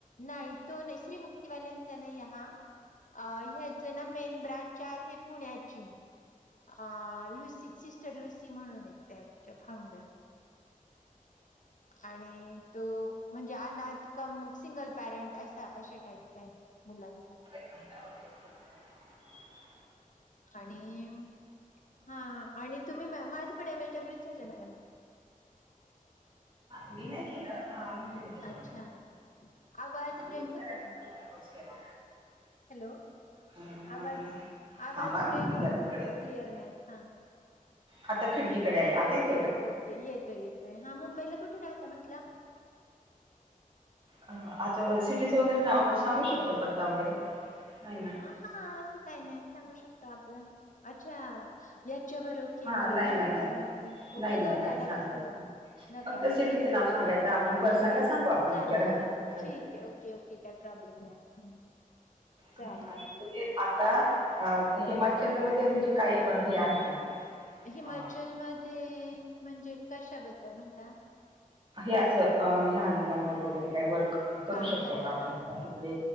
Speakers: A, on the left; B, on the right.
A: नायी तो नायी, श्रीमुक्तीवाल्यांचा नायीये हा. आ ह्याचे ना मेन ब्रांच आहे पुण्याची. आं लुसी, सिस्टर लुसी म्हणूनेत, त्याच्या फाउंडर. आणि तो म्हणजे अनाथ कम सिंगल पॅरेंट असा, अशा टाईपचाये मुलांचा.
B: <inaudible>
A: आणिम हां आणि तुम्ही म, माझे पण एम एस डब्लूच झालंय मॅडम.
B: मी नाही केलं. अ, मुलीने केलं.
A: अच्छा, आवाज
B: मी
A: ब्रेक
B: करायचा
A: होतोय तुमचा.
B: प्रसंग तोच केला.
A: हॅलो,
B: अं,
A: आवाज आवाज
B: थांबा
A: ब्रेक,
B: मी जरा इकडे
A: अ क्लियर नाहीयेत हं.
B: आता खिडकीकडे आले आतायेत--.
A: ओके येतोय येतोय, हां मुंबईला कुठे राहता म्हंटला?
B: अ आचा सिटीचं वगैरे नाव आपण सांगू शकतो पत्ता वगैरे. नाही ना
A: अ हां असं काही नाही सांगू शकतो आपलं, अच्छा यात च् बर ओके
B: हा
A: मला
B: नाही
A: पण
B: नाही
A: नव्हत
B: नाही
A: माहिती,.
B: नाही
A: ओके
B: नाही
A: जाऊ
B: नाही
A: द्या नका
B: सांगता
A: सांगू
B: येत नाही.
A: नका
B: फक्त सिटीचं
A: ठीके
B: नाव सांगायचं आपण पर्सनला
A: हां
B: सांगू आपण
A: चालेल
B: कुठे राहतो.
A: चालेल ठीके ओके ओके काय प्रॉब् गूडनाईट हं. चालेल.
B: हां आत आता अ हिमाचलमधे म्हणजे काय हे आहे का म्हणजे?
A: हिमाचल
B: अ
A: मध्ये म्हणजे कशाबद्दल म्हणता?
B: हे असं अ लहान मुलांवर वगैरे काय वर्क. करू
A: काम
B: शकतो
A: करायला?
B: का आपण तिकडे